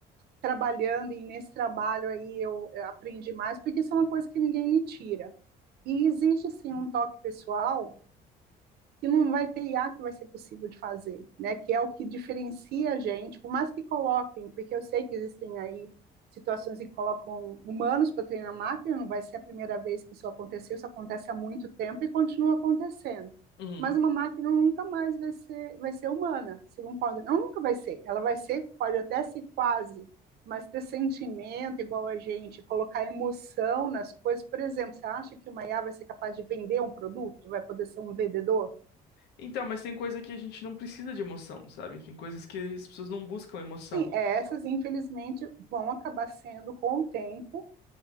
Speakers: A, on the right; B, on the left.
A: trabalhando, e nesse trabalho aí eu, eu aprendi mais, porque isso é uma coisa que ninguém me tira. E existe, sim,
B: Uhum.
A: um toque pessoal que não vai ter IA que vai ser possível de fazer, né? Que é o que diferencia a gente, por mais que coloquem, porque eu sei que existem aí situações em que colocam humanos para treinar máquina, não vai ser a primeira vez que isso aconteceu, isso acontece há muito tempo e continua acontecendo.
B: Uhum.
A: Mas uma máquina nunca mais vai ser, vai ser humana, segundo pode, ela nunca vai ser, ela vai ser, pode até ser quase, mas ter sentimento igual a gente, colocar emoção nas coisas, por exemplo, você acha que uma IA vai ser capaz de vender um produto, vai poder ser um vendedor?
B: Então, mas tem coisa que a gente não precisa de emoção, sabe? Tem coisas que as pessoas não buscam emoção.
A: Sim, é, essas, infelizmente, vão acabar sendo, com o tempo,